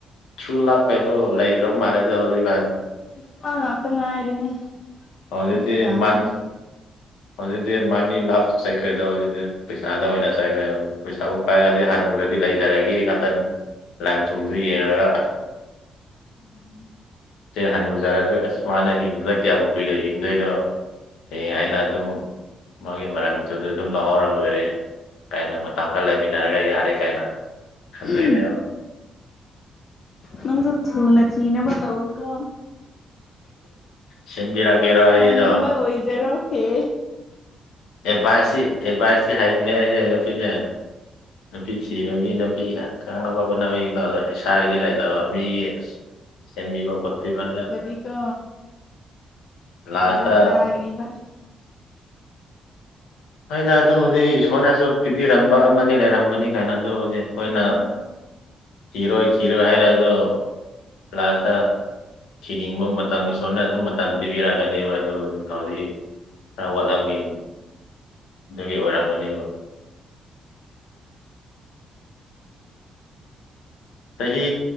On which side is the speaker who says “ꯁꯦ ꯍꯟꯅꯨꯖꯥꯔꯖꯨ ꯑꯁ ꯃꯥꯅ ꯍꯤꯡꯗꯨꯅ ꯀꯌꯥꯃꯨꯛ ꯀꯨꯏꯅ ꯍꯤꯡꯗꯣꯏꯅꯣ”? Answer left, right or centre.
Left